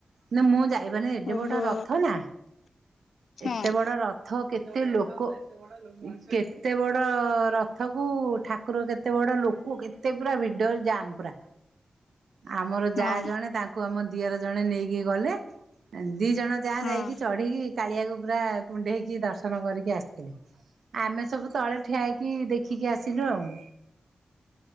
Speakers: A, on the right; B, on the left.
A: ନା ମୁଁ ଯାଇବାନି ଏତେ
B: ଓହୋ
A: ବଡ଼ ରଥ ନା।
B: ହଁ
A: ଏତେ ବଡ଼ ରଥ ଥ କେତେ ଲୋକ କେତେ ବଡ଼ ରଥକୁ ଠାକୁର କେତେ ବଡ଼ ଲୋକ କେତ୍ ତେ ପୁରା ଭିଡ଼ ଯାମ୍ ପୁରା। ଆମର ଯାହା
B: ହଁ
A: ଜଣେ ତାଙ୍କୁ ଆମ ଦିଅର ଜଣେ ନେଇକି ଗଲେ ଦି ଜଣ ଯାହା
B: ହଁ।
A: ଯାଇକି ଚଢିକି କାଳିଆକୁ ପୁରା କୁଢେଇକି ଦର୍ଶନ କରିକି ଆସିଥିଲେ। ଆମେ ସବୁ ତଳେ ଠିଆ ହେକି ଦେଖିକି ଆସିଲୁ ଆଉ।